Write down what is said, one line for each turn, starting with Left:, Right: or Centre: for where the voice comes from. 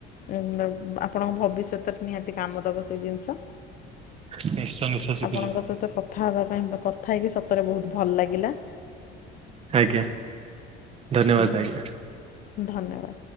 Left: ଆପଣଙ୍କ ଭବିଷ୍ୟତରେ ନିହାତି କାମ ଦେବ ସେଇ ଜିନିଷ।
Right: <inaudible> ନିଶ୍ଚୟ ନିଶ୍ଚୟ ଶିଖିଯିବ
Left: ଆପଣଙ୍କ ସହିତ କଥା ହେବା ପାଇଁ କଥା ହେଇକି ସତରେ ବହୁତ ଭଲ ଲାଗିଲା।
Right: ଆଜ୍ଞା ଧନ୍ୟବାଦ
Left: ହଁ
Right: ଆଜ୍ଞା।
Left: ଧନ୍ୟବାଦ।